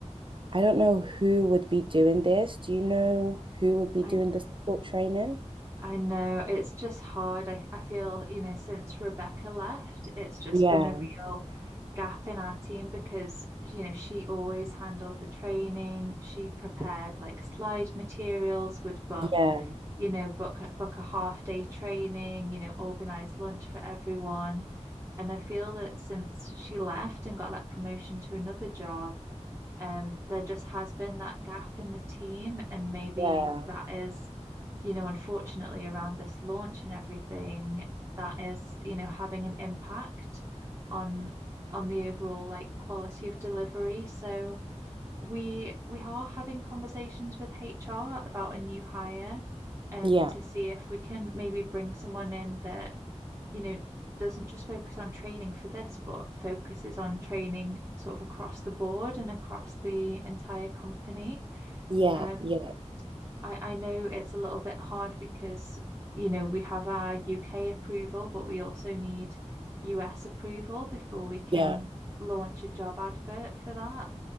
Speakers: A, on the right; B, on the right.
A: I don't know who would be doing this. Do you know who would be
B: I
A: doing the support training?
B: I know it's just hard. I, I feel, you know, since Rebecca left, it's just
A: Yeah,
B: been a real gap in our team because, you know, she always handled the training. She prepared like slide materials, would book,
A: yeah,
B: you know, book book a half day training, you know, organize lunch for everyone. And I feel that since she left and got that promotion to another job, um, there just has been that gap in the team, and maybe
A: yeah,
B: that is, you know, unfortunately around this launch and everything, that is, you know, having an impact on on the overall like quality of delivery. So we we are having conversations with HR about a new hire um
A: yeah,
B: to see if we can maybe bring someone in that you know, doesn't just focus on training for this, but focuses on training sort of across the board and across the entire company.
A: yeah,
B: Um,
A: yeah,
B: I, I know it's a little bit hard because, you know, we have our UK approval, but we also need US approval before we can
A: yeah,
B: launch a job advert for that.